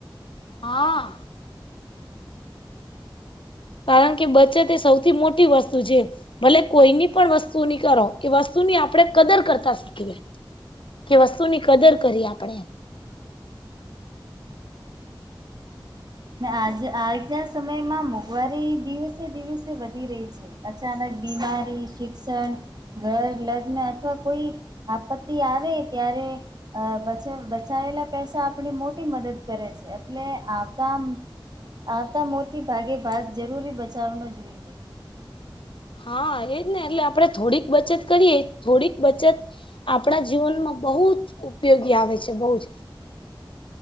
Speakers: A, on the left; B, on the right.
A: હા કારણ કે બચત એ સૌથી મોટી વસ્તુ છે ભલે કોઈની પણ વસ્તુ ની કરો એ વસ્તુની આપણે કદર કરતા શીખીએ કે વસ્તુની કદર કરી આપણે
B: ને આજ આજના સમયમાં મોંઘવારી દિવસે દિવસે વધી રહી છે અચાનક બીમારી શિક્ષણ ઘર લગ્ન અથવા કોઈ આપત્તિ આવે ત્યારે અ બચ બચાવેલા પૈસા આપણી મોટી મદદ કરે છે એટલે આવતા મોટી ભાગે ભાગ જરૂરી બચાવનો જોઈએ
A: હા એજ ને એટલે આપડણે થોડીક બચત કરીએ થોડીક બચત આપણા જીવનમાં બહુ જ ઉપયોગી આવે છે બહુ જ